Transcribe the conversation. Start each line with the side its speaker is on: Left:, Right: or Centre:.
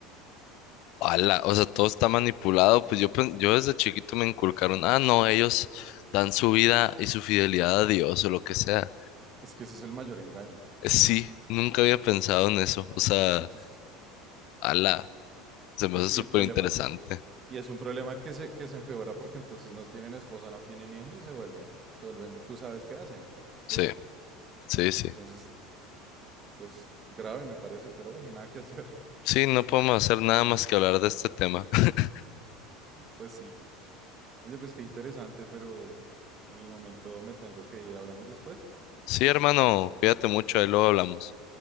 Left: Ala, o sea, todo está manipulado. Pues yo, pen- yo desde chiquito me inculcaron, ah, no, ellos dan su vida y su fidelidad a Dios o lo que sea.
Right: Es que ese es el mayor engaño.
Left: Eh, Sí, nunca había pensado en eso. O sea,
Right: Entonces,
Left: ala, se me
Right: y,
Left: hace súper
Right: y el problema,
Left: interesante.
Right: y es un problema que se, que se empeora porque entonces no tienen esposa, no tienen hijos y se vuelven, se vuelven, tú sabes qué hacen, ¿sí?
Left: Sí, sí, sí.
Right: Entonces, pues grave me parece, pero bueno, nada que hacer. <laughs>
Left: Sí, no podemos hacer nada más que hablar de este tema. <laughs>
Right: Pues sí. Oye, pues qué interesante, pero en el momento me tengo que ir. ¿Hablamos después?
Left: Sí, hermano, cuídate mucho, ahí luego hablamos.